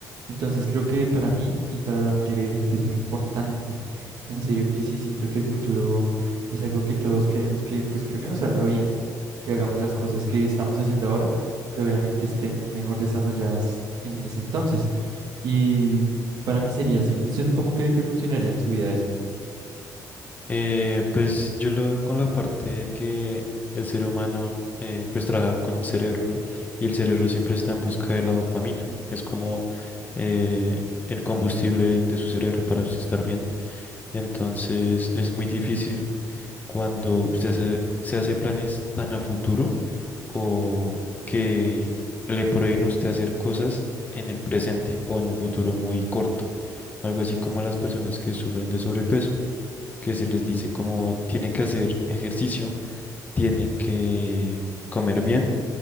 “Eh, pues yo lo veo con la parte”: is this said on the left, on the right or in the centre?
Left